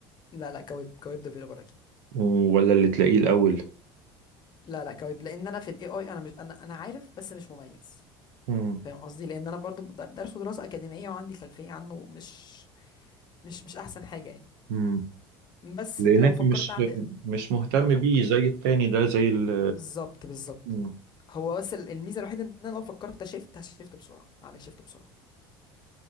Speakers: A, on the left; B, on the right.
A: لا لا كويب كويب ديفيلوبر اكيد
B: ولا اللي تلاقيه الاول
A: لا لا كويب لان انا في الاي اي انا مش انا انا عارف بس مش مميز
B: مم.
A: فاهم قصدي لان انا برضو در- درسه دراسه اكاديميه وعندي خلفيه عنه مش مش مش احسن حاجه يعني
B: مم.
A: بس
B: لان
A: لو
B: انت
A: فكرت
B: مش
A: اعمل
B: مش مهتم
A: لو فكر
B: بيه زي التاني ده زي ال
A: بالظبط بالظبط
B: مم.
A: هو بس ال- الميزه الوحيده ان انا لو فكرت شيفت هشيفت بسرعه هعمل شيفت بسرعه